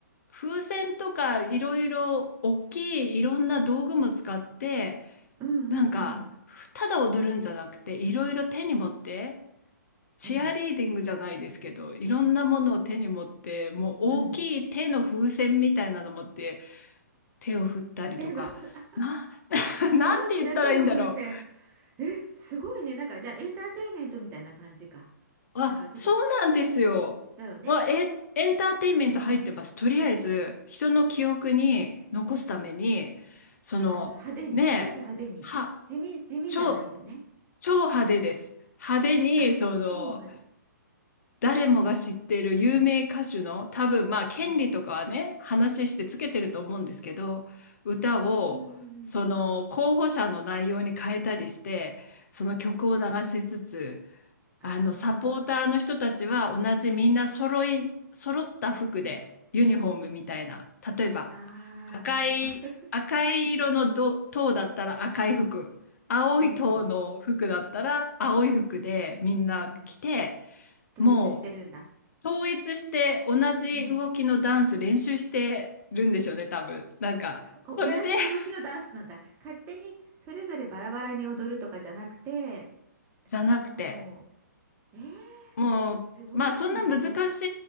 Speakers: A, on the left (about 55°); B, on the right (about 20°).
A: 風船とかいろいろ大きいいろんな道具も使って、
B: うんうんうん
A: なんか、ただ踊るんじゃなくて、いろいろ手に持って、チアリーディングじゃないですけど、
B: うん
A: いろんなものを手に持って、もう大きい手の風船みたいなの持って、
B: うん。
A: 手を振ったりとか、
B: 手の <laughs>
A: な、<laughs> なんて言ったらいいんだろ
B: 大きな手の風船。え、すごいね。なんか、じゃあ、エンターテインメントみたいな感じか。
A: う。あ、
B: なんか、ちょっと、
A: そうなんですよ。
B: だよね。
A: あ、え、エンターテインメント入ってます。とりあえず、人の記憶に残すために、
B: うん。
A: その、
B: あー、ちょっと派手に、
A: ねえ、
B: 少し派手に。
A: は、
B: 地味、地味じゃないんだね。
A: 超、超派手です。派手に、
B: あ、
A: その、
B: 超派手。
A: 誰もが知っている有名歌手の多分まあ権利とかはね話してつけてると思うんですけど歌をその候補者の内容に変えたりしてその曲を流しつつ
B: うん。うんうんうんうん。あ
A: あのサポーターの人たちは同じみんな揃い揃った服でユニフォームみたいな例えば赤い赤い色のど塔だったら赤い服青い塔の服だったら青い服でみんな着て
B: あ、ああ、なるほど。<laughs> おうおう。うん。統一してるんだ。
A: もう統一して同じ動きのダンス練習してるんでしょうね、
B: うん。
A: 多分。なんか、
B: お、
A: それで、
B: 同じ動きのダンスなんだ。
A: <laughs>
B: 勝手に、それぞれバラバラに踊るとかじゃなくて、
A: じゃなくて、
B: もう、えー、
A: もう、
B: すごいね。
A: まあそんな難し